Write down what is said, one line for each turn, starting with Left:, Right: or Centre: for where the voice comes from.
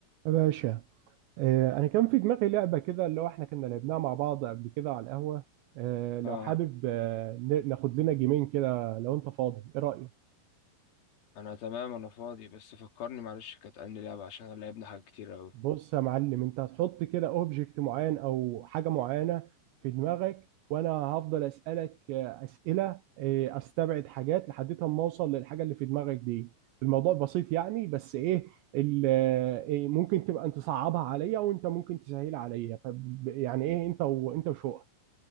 Right: يا باشا آه، انا كان في دماغي لعبه كده اللي هو احنا كنا لعبناها مع بعض قبل كده على القهوه آه، لو
Left: اه
Right: حابب آه، ن- ناخد لنا جيمين كده لو انت فاضي ايه رايك
Left: انا تمام انا فاضي بس فكرني معلش كانت عندي لعبة عشان انا لعبنا حاجات كتير اوي
Right: بص يا معلم انت هتحط كده اوبجكت معين او حاجه معينه في دماغك وانا هفضل اسالك آه، اسئله آه، استبعد حاجات لحد ما اوصل للحاجه اللي في دماغك دي الموضوع بسيط يعني بس ايه ال- آه، إيه، ممكن تبقى انت صعبها عليا وانت ممكن تسهلها عليا فب- يعني ايه انت وانت وشو